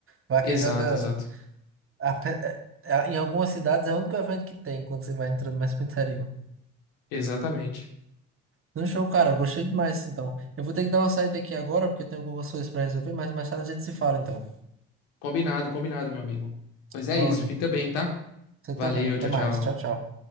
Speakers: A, on the right; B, on the left.
A: Vaquejada,
B: Exato, exato,
A: ape- é- é- em algumas cidades é o único evento que tem quando você vai entrando mais pro interior.
B: exatamente.
A: Não, show, cara, gostei demais, então. Eu vou ter que dar uma saída aqui agora, porque eu tenho algumas coisas para resolver, mas mais tarde a gente se fala, então.
B: Combinado, combinado, meu amigo. Pois
A: Valeu,
B: é isso,
A: meu amigo.
B: fica bem, tá?
A: Você
B: Valeu,
A: também, até
B: tchau,
A: mais,
B: tchau.
A: tchau, tchau.